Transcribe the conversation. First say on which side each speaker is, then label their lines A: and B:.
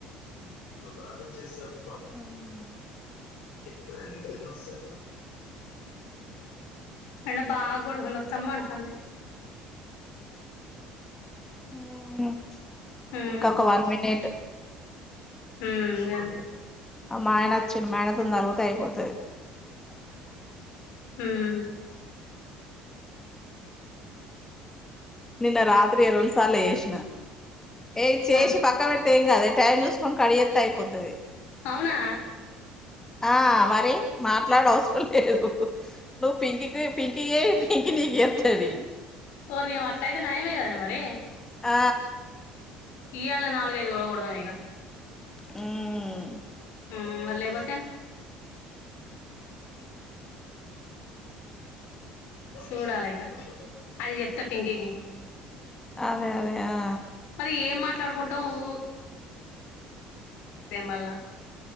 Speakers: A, on the left (about 70°); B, on the left (about 15°).
A: బానే చేసారు
B: హ్మ్మ్
A: <unintelligible> ఎండ బాగా కొడుతుంది అత్తమ్మ అంటుంది
B: హ్మ్మ్
A: ఉమ్
B: ఇంకొక్క వన్ మినిట్
A: హ్మ్మ్ ఇగంతె
B: ఆ మా ఆయనచ్చిండు మాయనతోని తలుగుతే అయిపోతది
A: హ్మ్మ్
B: నిన్న రాత్రి రెండు సార్ల చేసిన ఏయ్ చేసి
A: ఆ
B: పక్కక్ పెట్టీ తే ఏం కాదా టైం చూసుకోని కడ్ చేత్తే అయిపోతది
A: అవునా
B: ఆ మరి మాట్లాడ అవసరం లేదు నువ్వు పింకికి పింకియే పింకి నీకు చేతది.
A: ఓర్నియవ అట్లాయితే నయమే కదా మరి
B: ఆ
A: ఇయాల్నే నాలుగైదు ఒడగొడదాం ఇగ
B: మ్మ్
A: హ్మ్మ్ మరి లేకపోతే చూడాలిగా అది చెప్తా పింకికి
B: అదే అదే ఆ
A: మరి ఏం మాట్లాడుకుంటాం ఊ మళ్ళా